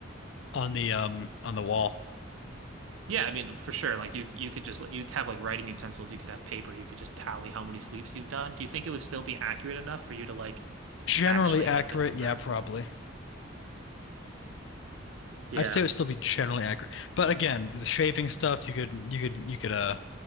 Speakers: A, on the left; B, on the right.
A: on the um on the wall.
B: Yeah, I mean, for sure. Like you, you could just like, you'd have like writing utensils. You could have paper. You could just tally how many sleeps you've done. Do you think it would still be accurate enough for you to like
A: Generally
B: actually
A: accurate,
B: hit the number?
A: yeah, probably.
B: Yeah,
A: I'd say it would still be generally accurate. But again, the shaving stuff, you could you could you could uh